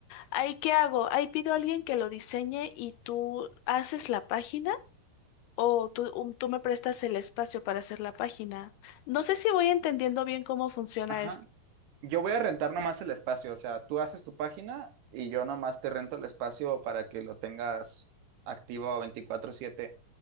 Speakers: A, on the left; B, on the right.
A: ¿ahí qué hago? Ahí pido a alguien que lo diseñe y tú haces la página o tú, um, tú me prestas el espacio para hacer la página. No sé si voy entendiendo bien cómo funciona
B: Ajá. Yo voy a rentar nomás el espacio, o sea, tú haces tu página y yo nomás te rento el espacio para que lo tengas activo veinticuatro siete.